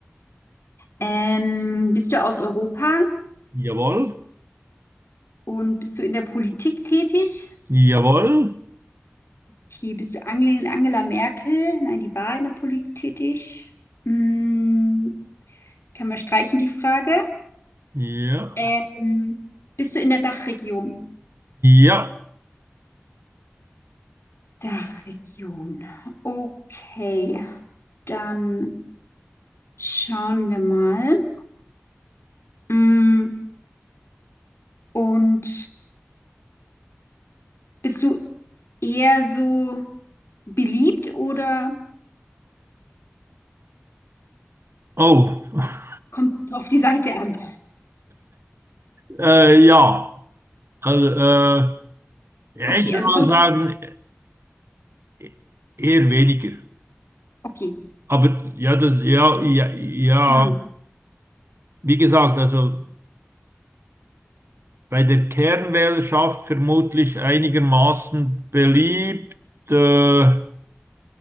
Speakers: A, on the left; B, on the right.
A: Ähm, bist du aus Europa
B: jawohl,
A: und bist du in der Politik tätig?
B: jawohl,
A: Okay, bist du Angela, Angela Merkel? Nein, die war in der Politik tätig. Hm, kann man streichen die Frage?
B: ja,
A: Ähm, bist du in der Dachregion?
B: ja.
A: Dachregion. Okay, dann schauen wir mal. Mm, Und bist du eher so beliebt oder
B: Oh, <laughs>
A: kommt es auf die Seite an?
B: äh, ja. Also, äh, ja,
A: Okay,
B: ich würde
A: also kommt.
B: mal sagen, e- eher weniger.
A: Okay.
B: Aber ja, das, ja, ja, ja.
A: Hm,
B: Wie gesagt, also bei der Kernwählerschaft vermutlich einigermaßen beliebt. Äh,